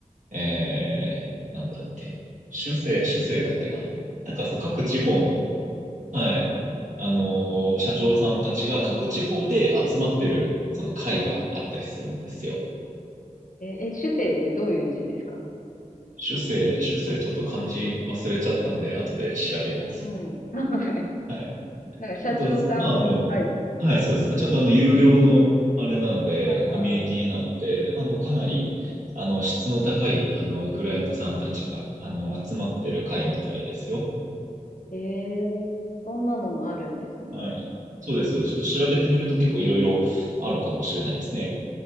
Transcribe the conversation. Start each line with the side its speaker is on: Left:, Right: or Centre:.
Right: えー、なんだっけ。主政、主政だっけな。なんかそう、各地方の
Left: 主生
Right: はい。あのー社長さんたちが各地方で集まってる、その会があったりするんですよ。
Left: えー、え、主生ってどういう字ですか
Right: 主生、主生、ちょっと漢字忘れちゃったんで、後で調べます。
Left: うん。<laughs> はい。
Right: はい。
Left: なんか社長さんの会。
Right: あと、まあ、あの、はい、そうです。あちょっとあの、有料の、あれなので、
Left: はいは
Right: コミュニティなんて、あの、かなり、あの、質の高い、あの、クライアントさんたちが、あの、集まってる会みたいですよ。
Left: い。えー、そんなのもあるんですね。
Right: はい。そうです、そうです。ちょっと調べてみると結構いろいろあるかもしれないですね。